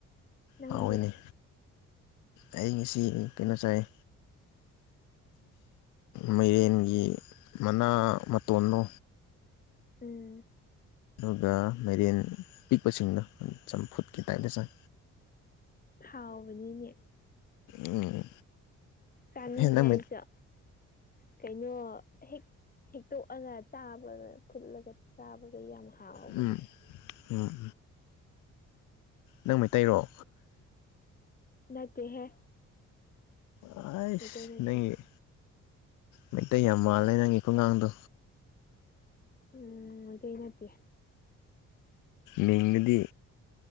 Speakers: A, on the left; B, on the left.
A: ꯅꯪꯗꯤ
B: ꯍꯥꯎꯋꯦꯅꯦ ꯑꯩ ꯉꯁꯤ ꯎꯝ ꯀꯩꯅꯣ ꯆꯥꯏꯌꯦ ꯃꯩꯔꯦꯟꯒꯤ ꯃꯅꯥ- ꯃꯇꯣꯟꯗꯣ
A: ꯎꯝ
B: ꯑꯗꯨꯒꯥ ꯃꯩꯔꯦꯟ ꯄꯤꯛꯄꯁꯤꯡꯗꯣ ꯆꯝꯐꯨꯠꯀꯤ ꯇꯥꯏꯟꯗ ꯆꯥꯏ
A: ꯍꯥꯎꯕꯅꯤꯅꯦ
B: ꯎꯝ
A: ꯆꯥꯅꯤꯡꯉꯤ
B: ꯍꯦ ꯅꯪ
A: ꯑꯩꯁꯨ ꯀꯩꯅꯣ ꯍꯦꯛ ꯍꯦꯛꯇꯣꯛꯑꯒ ꯆꯥꯕ ꯐꯨꯠꯂꯒ ꯆꯥꯕꯗꯣ ꯌꯥꯝ ꯍꯥꯎꯕꯅꯦ
B: ꯎꯝ ꯎꯝ ꯅꯪ ꯃꯩꯇꯩꯔꯣ
A: ꯅꯠꯇꯦꯍꯦ
B: ꯑꯩꯁ
A: ꯃꯩꯇꯩ ꯅꯠꯇꯦ
B: ꯅꯪꯒꯤ ꯃꯩꯇꯩ ꯌꯥꯝ ꯃꯥꯜꯂꯦ ꯅꯪꯒꯤ ꯈꯨꯉꯥꯡꯗꯣ
A: ꯎꯝ ꯃꯩꯇꯩ ꯅꯠꯇꯦ
B: ꯃꯤꯡꯒꯗꯤ